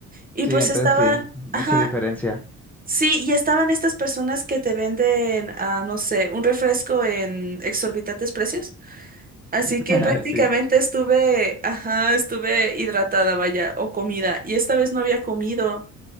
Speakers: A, on the right; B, in the centre.
A: Y
B: Sí,
A: pues
B: entonces
A: estaban,
B: sí, mucha
A: ajá,
B: diferencia.
A: sí, y estaban estas personas que te venden, ah, no sé, un refresco en exorbitantes precios. Así
B: <laughs>
A: que prácticamente
B: Sí,
A: estuve, ajá, estuve hidratada, vaya, o comida. Y esta vez no había comido.